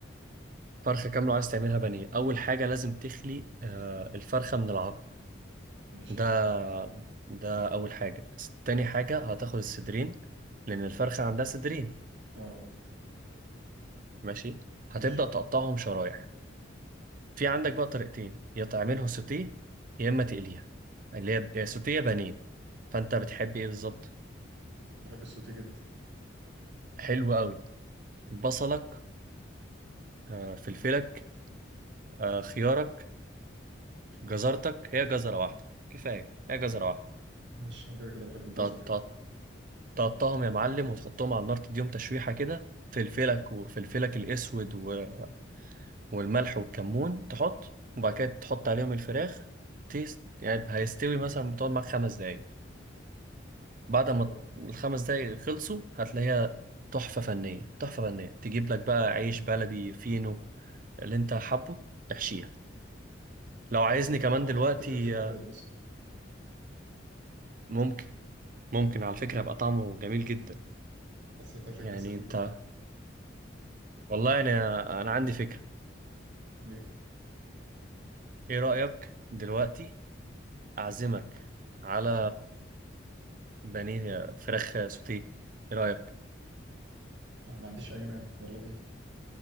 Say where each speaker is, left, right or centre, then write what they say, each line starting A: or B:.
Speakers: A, on the right; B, on the right.
A: فرخة كاملة عايز تعملها بانيه أول حاجة لازم تخلي آه، الفرخة من العظم
B: ماشي
A: ده ده أول حاجة تاني حاجة هتاخد الصدرين لأن الفرخة عندها صدرين
B: اه اه
A: ماشي هتبدأ
B: ماشي
A: تقطعهم شرايح في عندك بقى طريقتين يا تعملها سوتيه يا اما تقليها اللي هي يا سوتيه يا بانيه فانت بتحب ايه بالظبط
B: بحب السوتي جدا
A: حلو قوي بصلك آه، فلفلك آه، خيارك جزرتك هي جزره واحده كفايه هي جزره واحده
B: ماشي انا كده كده بحب الجزر
A: تق-
B: يعني
A: تق- تقطعهم يا معلم وتحطهم على النار تديهم تشويحه كده فلفلك وفلفلك الاسود و- والملح والكمون تحط وبعد كده تحط عليهم الفراخ تيست يعني هيستوي مثلا بتقعد معاك خمس دقايق بعد
B: طب
A: ما
B: حلو قوي
A: الخمس دقايق خلصوا هتلاقيها تحفة فنية تحفة فنية تجيب لك بقى عيش بلدي فينو اللي انت حابه تحشيها لو عايزني
B: انا فكرت
A: كمان
B: برضه
A: دلوقتي
B: احط فلفل ابيض
A: آه،
B: مثلا
A: ممكن ممكن على فكرة يبقى طعمه جميل جدا
B: حسيتها فكره
A: يعني
B: سديده
A: انت
B: برضه
A: والله انا انا عندي فكرة
B: ايه
A: ايه رأيك دلوقتي اعزمك على بانيه فراخ سوتيه ايه رأيك
B: انا ما عنديش اي مانع يلا بينا